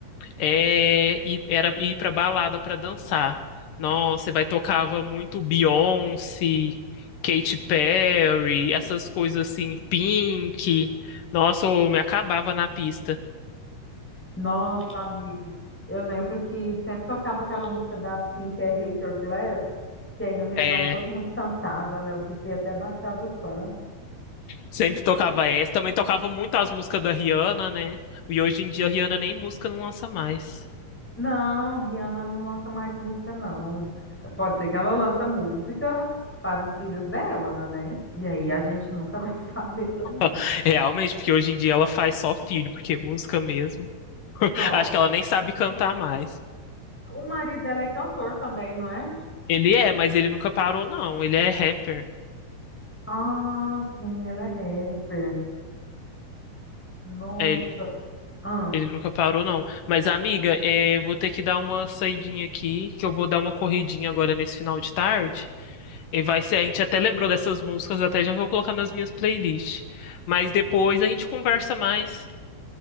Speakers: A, on the left; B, in the centre.
A: É, e era ir pra balada pra dançar. Nossa, vai tocava muito Beyoncé, Katy Perry, essas coisas assim, Pink. Nossa, eu me acabava na pista.
B: Nossa, amigo, eu lembro que sempre tocava aquela música da Pink, é Raise Your Glass, que aí no refrão
A: É,
B: todo mundo cantava, né? O DJ até baixava o som.
A: sempre tocava essa. Também tocava muito as músicas da Rihanna, né? E hoje em dia a Rihanna nem música não lança mais.
B: Não, Rihanna não lança mais música, não. Pode ser que ela lança música para os filhos dela, né? E aí a gente nunca vai <laughs> saber
A: <laughs>
B: também.
A: Realmente, porque hoje em dia ela faz só filho, porque é música mesmo.
B: Só.
A: Acho que ela nem sabe cantar mais.
B: O marido dela é cantor também, não é?
A: Ele é, mas ele nunca parou, não. Ele é rapper.
B: Ah, sim, ele é rapper. Nossa.
A: É,
B: Ah.
A: Ele nunca parou, não. Mas, amiga, é, vou ter que dar uma saidinha aqui, que eu vou dar uma corridinha agora nesse final de tarde. E vai ser, a gente até lembrou dessas músicas, até já vou colocar nas minhas playlists. Mas depois a gente conversa mais.